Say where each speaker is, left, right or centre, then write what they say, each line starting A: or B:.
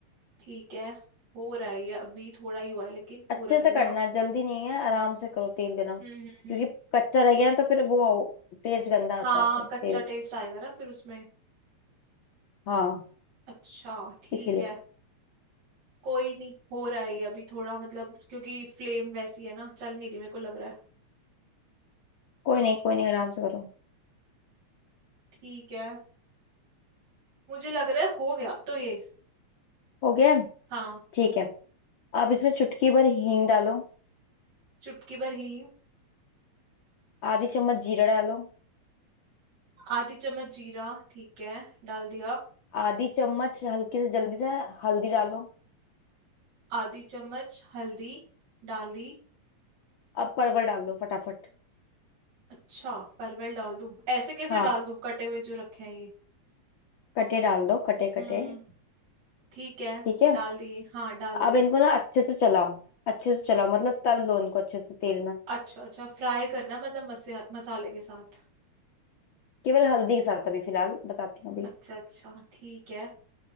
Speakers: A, on the right (about 70°); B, on the left (about 80°).
A: ठीक है हो रहा है ये अभी थोड़ा ही हुआ है लेकिन
B: अच्छे
A: पूरा नहीं
B: से
A: हुआ
B: करना है जल्दी नहीं है आराम से करो तेल गरम
A: हम्म हम्म हम्म
B: क्योंकि कच्चा रह गया है तो फिर वो टेस्ट गंदा
A: हाँ
B: आता है फिर तेल
A: कच्चा
B: का
A: टेस्ट आएगा ना फिर उसमें
B: हाँ
A: अच्छा ठीक
B: इसीलिए
A: है कोई नहीं हो रहा है ये अभी थोड़ा मतलब क्योंकि फ्लेम वैसी है ना चल नहीं रही मेरे को लग रहा है
B: कोई नहीं कोई नहीं आराम से करो
A: ठीक है मुझे लग रहा है हो गया अब तो ये
B: हो गया है?
A: हाँ
B: ठीक है अब इसमें चुटकी भर हींग डालो
A: चुटकी भर हींग
B: आधी चम्मच जीरा डालो
A: आधी चम्मच जीरा ठीक है डाल दिया
B: आधी चम्मच हल्की से जल्दी से हल्दी डालो
A: आधी चम्मच हल्दी डाल दी
B: अब परवल डाल दो फटाफट
A: अच्छा परवल डाल दूं ऐसे कैसे
B: हाँ
A: डाल दूं कटे हुए जो रखे हैं ये
B: कटे डाल दो कटे
A: हम्म
B: कटे
A: ठीक है
B: ठीक है
A: डाल दिए हाँ डाल दिए
B: अब इनको ना अच्छे से चलाओ अच्छे से चलाओ मतलब तल लो इनको अच्छे से तेल में
A: अच्छा अच्छा फ्राई करना है, मतलब मसा, मसाले के साथ
B: केवल हल्दी के साथ अभी फिलहाल बताती हूँ अभी
A: अच्छा अच्छा ठीक है